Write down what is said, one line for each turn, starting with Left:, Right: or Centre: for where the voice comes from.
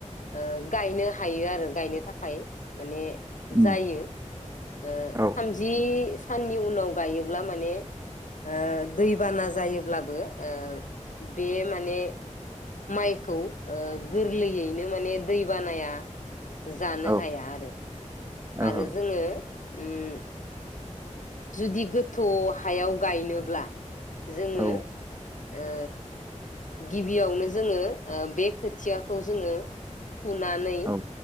Left: ओ गायनो हायो आरो गायनो थाखाय माने
Right: उम
Left: जायो ओ
Right: औ
Left: थामजि साननि उनाव गायोब्ला माने ओ दैबाना जायोब्लाबो ओ बे माने माइखौ ओ गोरलैयैनो माने दैबानाया जानो
Right: औ
Left: हाया आरो
Right: ओहो
Left: आरो जोङो उम जुदि गोथौ हायाव गायनोब्ला जोङो
Right: औ
Left: ओ गिबियावनो जोङो ओ बे खोथियाखौ जोङो फुनानै
Right: औ